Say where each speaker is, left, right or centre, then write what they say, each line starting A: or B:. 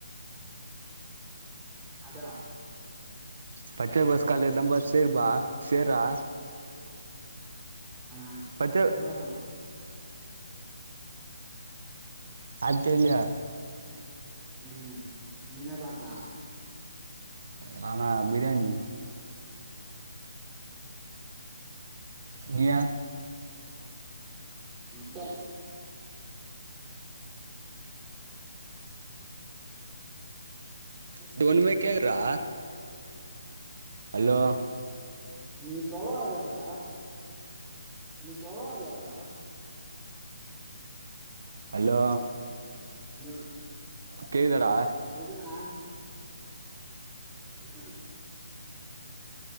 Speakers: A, on the right; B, on the right.
A: அதா
B: பச்சைபாஸ் காலேஜ் தாம்பா சேர்பா சேர்ரா
A: ஆ
B: பச்ச
A: எனா சொல்
B: அத் தெர்லயா
A: ம் நீ எனா சாப்ட்ட
B: நானா பிர்ராணி இது ஏ
A: மட்டன் மட்டன்
B: இது
A: பிரியாணி.
B: ஒன்னுமே கேக்கறடா ஹலோ
A: நீ தொலவாகிரா நீ தொலவாகிரா
B: அல்லோ
A: ஹலோ
B: கேக்குதாடா
A: சொல்ரா ம்